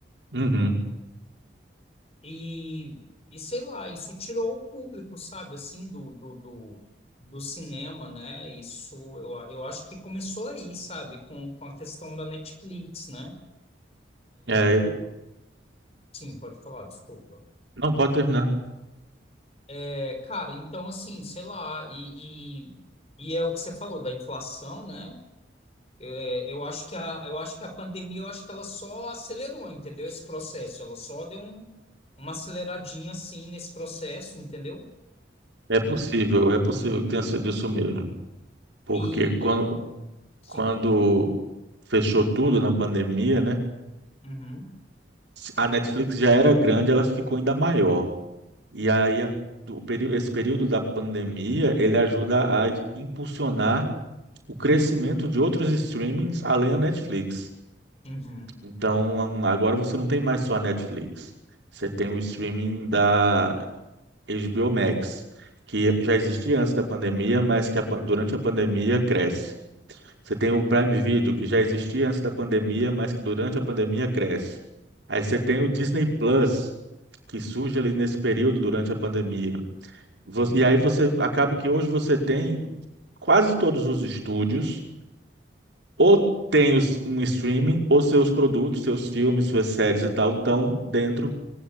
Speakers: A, on the right (about 75°); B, on the left (about 35°).
A: Uhum.
B: E, e sei lá, isso tirou o público, sabe, assim, do, do, do, do cinema, né? Isso, eu, eu acho que começou aí, sabe, com, com a questão da Netflix, né?
A: É,
B: Sim, pode falar, desculpa.
A: não pode terminar.
B: É, cara, então, assim, sei lá, e, e, e é o que você falou da inflação, né? É, eu acho que a, eu acho que a pandemia, eu acho que ela só acelerou, entendeu? Esse processo, ela só deu um, uma aceleradinha, assim, nesse processo, entendeu?
A: É possível, é possível que tenha sido isso mesmo. Porque
B: E,
A: quando,
B: sim,
A: quando
B: pode falar.
A: fechou tudo na pandemia, né?
B: Uhum.
A: A Netflix já era grande, ela ficou ainda maior. E aí a- do período, esse período da pandemia, ele ajuda a impulsionar o crescimento de outros streamings além da Netflix.
B: Uhum.
A: Então, agora você não tem mais só a Netflix. Você tem o streaming da HBO Max, que já existia antes da pandemia, mas que a pan- durante a pandemia cresce. Você tem o Prime Video, que já existia antes da pandemia, mas que durante a pandemia cresce. Aí você tem o Disney Plus, que surge ali nesse período durante a pandemia. Vo- E aí você acaba que hoje você tem quase todos os estúdios ou tem os- um streaming, ou seus produtos, seus filmes, suas séries e tal, estão dentro